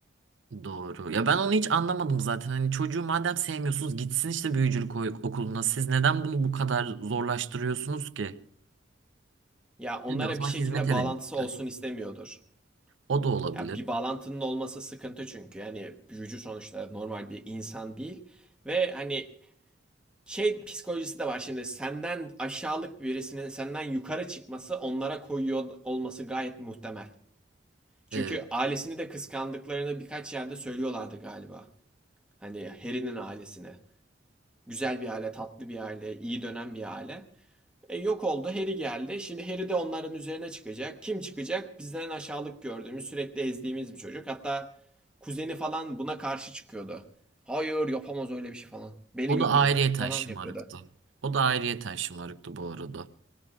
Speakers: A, on the right (about 80°); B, in the centre.
A: Doğru. Ya ben onu hiç anlamadım zaten. Hani çocuğu madem sevmiyorsunuz gitsin işte büyücülük o- okuluna. Siz neden bunu bu kadar zorlaştırıyorsunuz ki?
B: Ya onlara
A: Tabii o zaman
B: bir şekilde
A: hizmet edememişler.
B: bağlantısı olsun istemiyordur.
A: O da olabilir.
B: Ya bir bağlantının olması sıkıntı çünkü. Yani büyücü sonuçta normal bir insan değil. Ve hani şey psikolojisi de var şimdi senden aşağılık birisinin senden yukarı çıkması onlara koyuyor olması gayet muhtemel. Çünkü
A: Ee,
B: ailesini de kıskandıklarını birkaç yerde söylüyorlardı galiba. Hani Harry'nin ailesine. Güzel bir aile, tatlı bir aile, iyi dönen bir aile. E, yok oldu Harry geldi. Şimdi Harry de onların üzerine çıkacak. Kim çıkacak? Bizden aşağılık gördüğümüz, sürekli ezdiğimiz bir çocuk. Hatta kuzeni falan buna karşı çıkıyordu. Hayır yapamaz öyle bir şey falan. Beni
A: o
B: götürün
A: da ayrıyeten
B: falan
A: şımarıktı.
B: yapıyordu.
A: O da ayrıyeten şımarıktı bu arada.